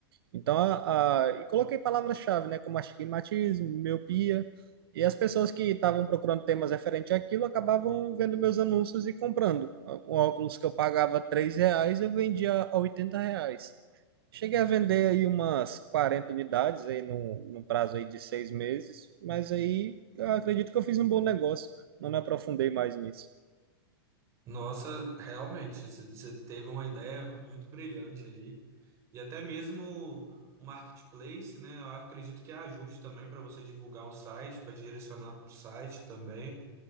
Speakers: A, on the right; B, on the right.
A: Então, a, a- e coloquei palavras-chave, né, como astigmatismo, miopia, e as pessoas que estavam procurando temas referentes àquilo acabavam vendo meus anúncios e comprando. Um óculos que eu pagava 3 reais, eu vendia a 80 reais. Cheguei a vender aí umas 40 unidades aí num, num prazo aí de seis meses, mas aí eu acredito que eu fiz um bom negócio, não me aprofundei mais nisso.
B: Nossa, realmente, você você teve uma ideia muito brilhante ali. E até mesmo o marketplace, né? Eu acredito que ajude também para você divulgar o site, para direcionar para o site também.